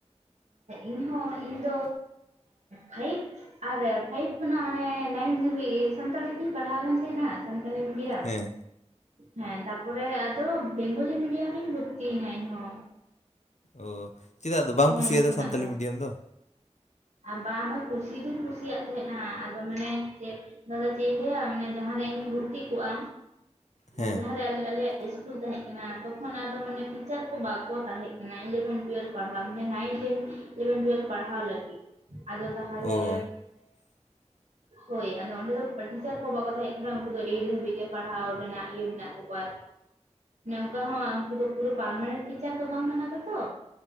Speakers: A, on the right (about 90°); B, on the left (about 75°).
A: ᱤᱧᱦᱚᱸ ᱤᱧ ᱫᱚ ᱯᱷᱟᱭᱤᱵ᱾ ᱟᱨ ᱯᱷᱟᱭᱤᱵ ᱠᱷᱚᱱᱟᱜ ᱢᱟᱱᱮ ᱱᱟᱭᱤᱱ ᱫᱷᱟᱹᱵᱤᱡ ᱥᱟᱱᱛᱟᱞᱤ ᱛᱤᱧ ᱯᱟᱲᱦᱟᱣ ᱞᱮᱱ ᱛᱟᱦᱮᱸᱱᱟ ᱥᱟᱱᱛᱟᱞᱤ ᱢᱤᱼᱼ
B: ᱦᱮᱸ
A: ᱦᱮᱸ ᱛᱟᱯᱚᱨᱮ ᱟᱫᱚ ᱵᱮᱝᱜᱚᱞᱤ ᱢᱤᱰᱤᱭᱟᱢ ᱨᱮᱧ ᱵᱷᱚᱨᱛᱤᱭᱮᱱᱟ ᱤᱧᱦᱚ᱾
B: ᱚᱸ ᱪᱮᱫᱟᱜ ᱟᱫᱚ ᱵᱟᱢ
A: ᱱᱟᱭᱤᱱ
B: ᱠᱩᱥᱤᱭᱟᱫᱟ
A: ᱠᱷᱚᱱᱟᱜ
B: ᱥᱟᱱᱛᱟᱞᱤ ᱢᱤᱰᱤᱭᱟᱢ ᱫᱚ?
A: ᱟᱨ ᱵᱟᱝ ᱫᱟ ᱵᱟᱝ ᱠᱩᱥᱤ ᱫᱩᱧ ᱠᱩᱥᱤᱭᱟᱜ ᱛᱟᱦᱮᱸᱱᱟ ᱟᱫᱚ ᱢᱟᱱᱮ ᱡᱮᱼᱼ ᱫᱟᱫᱟ ᱪᱮᱫ ᱤᱧ ᱞᱟᱹᱭᱟ ᱢᱟᱱᱮ ᱡᱟᱦᱟᱸᱨᱮ ᱤᱧᱤᱧ ᱵᱷᱩᱨᱛᱤ ᱠᱚᱜᱼᱟ
B: ᱦᱮᱸ
A: ᱟᱨ ᱡᱟᱦᱟ᱾ <unintelligible> ᱤᱥᱠᱩᱞ ᱛᱟᱦᱮᱸ ᱠᱟᱱᱟ ᱛᱚᱠᱷᱚᱱ ᱟᱫᱚ ᱢᱟᱱᱮ ᱴᱤᱪᱟᱨ ᱠᱚ ᱵᱟᱠᱚ ᱛᱟᱦᱮᱸ ᱠᱟᱱᱟ ᱤᱞᱮᱵᱷᱮᱱ ᱴᱩᱭᱮᱞᱵᱷ᱾ ᱯᱟᱲᱦᱟᱜ ᱢᱮ ᱱᱟᱭᱤᱱ ᱴᱮᱱ ᱤᱞᱮᱵᱷᱮᱱ ᱴᱩᱭᱮᱞᱵᱷ ᱯᱟᱲᱦᱟᱣ ᱞᱟᱹᱜᱤᱫ ᱟᱫᱚ ᱛᱟᱦᱚᱞᱮ᱾
B: ᱚ <inaudible>
A: ᱦᱳᱭ ᱟᱫᱚ ᱚᱸᱰᱮ ᱫᱚ ᱴᱤᱪᱟᱨ ᱠᱚ ᱵᱟᱠᱚ ᱛᱟᱦᱮᱸ ᱠᱟᱱᱟ ᱩᱱᱠᱩ ᱫᱚ ᱮᱭᱮᱴ ᱫᱷᱟᱹᱵᱤᱡ ᱜᱮ ᱯᱟᱲᱦᱟᱣ ᱨᱮᱱᱟᱜ ᱤᱭᱟᱹ ᱢᱮᱱᱟᱜ ᱛᱟᱠᱚᱣᱟ᱾ ᱚᱱᱠᱟ ᱦᱚᱸ ᱩᱱᱠᱩ ᱫᱚ ᱯᱩᱨᱟᱹ ᱯᱟᱨᱢᱟᱱᱮᱴ ᱴᱤᱪᱟᱨ ᱫᱚ ᱵᱟᱝ ᱠᱟᱱᱟ ᱠᱚᱛᱚ᱾